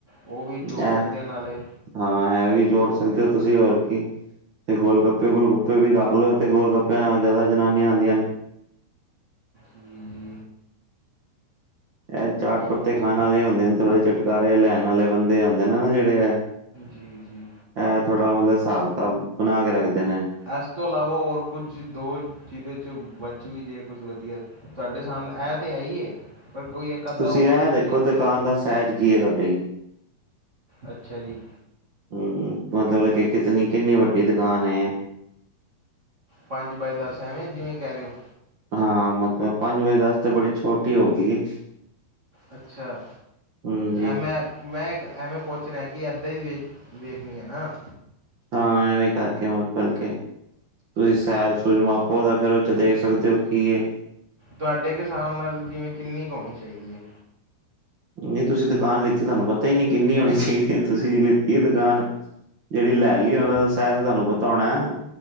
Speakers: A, on the right; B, on the right.
A: ਉਹ ਵੀ ਜੋੜ
B: ਇਹ
A: ਸਕਦੇ ਆ ਨਾਲੇ।
B: ਹਾਂ, ਇਹ ਵੀ ਜੋੜ ਸਕਦੇ ਹੋ ਤੁਸੀਂ ਹੋਰ ਕੀ। ਤੇ ਗੋਲ ਗੱਪੇ, ਗੋਲ ਗੱਪੇ ਵੀ ਰੱਖ ਲੋ ਤੇ ਗੋਲ ਗੱਪਿਆਂ ਨਾਲ ਜ਼ਿਆਦਾ ਜਨਾਨੀਆਂ ਆਉਂਦੀਆਂ ਹਨ।
A: ਹਮ
B: ਇਹ ਚਾਟ ਪੱਤੇ
A: ਸੋਚ
B: ਖਾਣ ਵਾਲੇ ਹੁੰਦੇ ਹਨ, ਥੋੜੇ ਚੁਟਕਾਰੇ ਲੈਣ ਵਾਲੇ ਬੰਦੇ ਆਉਂਦੇ ਨੇ ਨਾ ਜਿਹੜੇ ਇਹ,
A: ਜੀ ਜੀ
B: ਇਹ ਥੋੜ੍ਹਾ ਮਤਲਬ ਹਿਸਾਬ ਕਿਤਾਬ ਬਣਾ ਕੇ ਰੱਖਦੇ ਨੇ।
A: ਇਸ ਤੋਂ ਇਲਾਵਾ ਹੋਰ ਕੁਝ ਦੋ ਜਿਹਦੇ 'ਚ ਬਚ ਵੀ ਜਾਏ ਕੁਝ ਵਧੀਆ ਤੁਹਾਡੇ ਸਾਹਮਣੇ ਇਹ ਤੇ ਹੈ ਹੀ ਇਹ ਪਰ ਕੋਈ ਇੱਕ ਅੱਧਾ
B: ਤੁਸੀਂ
A: ਹੋਰ
B: ਇਹ ਦੇਖੋ
A: ਜੇ,
B: ਦੁਕਾਨ
A: ਜੇ ਨਾ
B: ਦਾ ਸਾਈਜ਼ ਕੀ ਹੈ ਤੁਹਾਡੀ
A: ਅੱਛਾ ਜੀ।
B: ਹਮ ਮਤਲਬ ਕੇ ਕਿਤਨੀ ਕਿੰਨੀ ਵੱਡੀ ਦੁਕਾਨ ਏ।
A: ਪੰਜ ਬਾਏ ਦਸ ਐਵੇਂ ਜਿਵੇਂ ਕਹਿ ਰਹੇ ਹੋ।
B: ਹਾਂ ਮਤਲਬ ਪੰਜ ਬਾਏ ਦਸ ਤੇ ਬੜੀ ਛੋਟੀ ਹੋ ਗਈ।
A: ਅੱਛਾ,
B: ਹਮ ਜੀ
A: ਐਮ ਐਪ ਮੈਂ ਇੱਕ ਐਵੇਂ ਪੁੱਛ ਰਿਹਾ ਕਿ ਇੱਦਾਂ ਹੀ ਵੇਖ ਵੇਖਣੀ ਹੈ ਨਾ।
B: ਹਾਂ। ਐਵੇਂ ਕਰਕੇ ਬਲ ਕੇ ਤੁਸੀਂ ਸਾਈਜ
A: ਅੱਛਾ ਅੱਛਾ
B: ਸੂਝ ਮਾਪੋ ਤਾਂ ਫੇਰ ਉਹ ਚ ਦੇਖ ਸਕਦੇ ਹੋ। ਕੀ
A: ਤੁਹਾਡੇ ਕਿਸ ਹਿਸਾਬ ਨਾਲ ਜਿਵੇਂ ਕਿੰਨੀ ਕੁ ਹੋਣੀ ਚਾਹੀਦੀ ਹੈ?
B: ਨਹੀਂ ਤੁਸੀਂ ਦੁਕਾਨ ਲਿਤੀ ਤੁਹਾਨੂੰ ਪਤਾ ਹੀ ਨਹੀਂ ਕਿੰਨੀ ਹੋਣੀ ਚਾਹੀਦੀ ਹੈ। ਤੁਸੀਂ ਲਿਤੀ ਹੈ ਦੁਕਾਨ ਜਿਹੜੀ ਲੈ
A: ਦਿੱਲੀ
B: ਲਈ ਉਹ ਦਾ ਸਾਈਜ ਤੁਹਾਨੂੰ ਪਤਾ ਹੋਣਾ।